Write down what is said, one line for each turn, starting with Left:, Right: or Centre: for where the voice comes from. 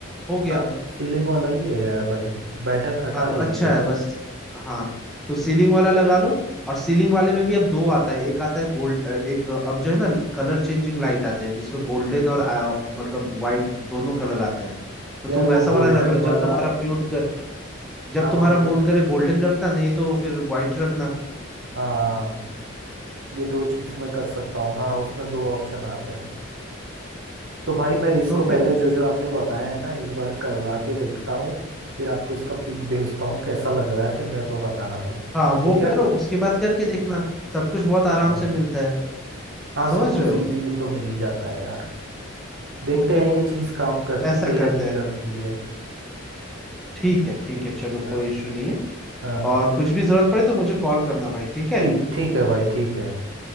Centre: हो गया
Right: हाँ सीलिंग वाला ही है यार भाई बैटन हटा
Centre: हाँ
Right: लिए
Centre: तो अच्छा
Right: हैं
Centre: है बस हाँ तो सीलिंग वाला लगा लो और सीलिंग वाले में भी अब दो आता है एक आता है गोल्ड एक अब जो है ना कलर चेंजिंग लाइट आते हैं जिसमें गोल्डन और आ, मतलब वाइट दोनों कलर आते हैं तो तुम
Right: यार
Centre: वैसा
Right: वो
Centre: वाला
Right: गोल्डन
Centre: रख लो जब
Right: वाला
Centre: तुम्हारा मूड कर जब
Right: हाँ
Centre: तुम्हारा
Right: हाँ बोलो
Centre: मूड करे गोल्डन रखना नहीं तो फिर वाइट रखना
Right: हाँ ये दो चीज़ मैं कर सकता हूँ हाँ उसमें दो ऑप्शन आते हैं तो भाई मैं इसको
Centre: तो फिर
Right: पहले जो जो आपने बताया है ना एक बार करवा के देखता हूँ फिर आपको इसका पिक भेजता हूँ कैसा लग रहा है फिर मेरे को बताना तुम
Centre: हाँ वो
Right: ठीक है
Centre: करो उसके बाद करके देखना सब कुछ बहुत आराम
Right: हाँ
Centre: से मिलता है
Right: हाँ
Centre: समझ
Right: सब कुछ
Centre: रहे हो
Right: इजीली तो मिल ही जाता है यार देखते
Centre: तो फिर
Right: हैं ये चीज़ काम करती
Centre: ऐसा
Right: है या
Centre: करते
Right: नहीं
Centre: हैं
Right: करती है
Centre: ठीक है ठीक है चलो
Right: हाँ
Centre: कोई इशू नहीं है
Right: हाँ
Centre: और कुछ भी जरूरत पड़े तो मुझे कॉल करना भाई ठीक है
Right: ठीक ठीक है भाई ठीक है